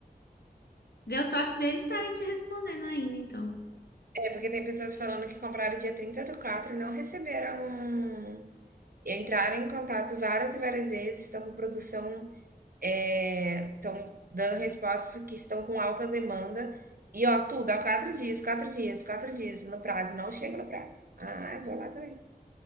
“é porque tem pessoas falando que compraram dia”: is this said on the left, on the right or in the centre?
Right